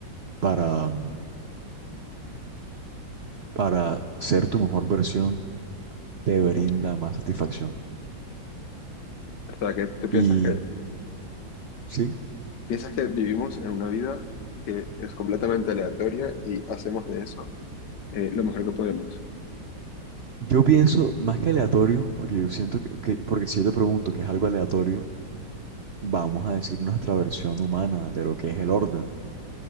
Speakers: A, on the right; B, on the left.
A: para para ser tu mejor versión te
B: ujú.
A: brinda más satisfacción.
B: O sea, que tú piensas
A: Y
B: que,
A: sí,
B: piensas que vivimos en una vida que es completamente aleatoria y hacemos de eso eh, lo mejor que podemos.
A: yo pienso más que aleatorio, porque yo siento que, que- porque si yo te pregunto que es algo aleatorio, vamos a decir nuestra versión humana de lo que es el orden.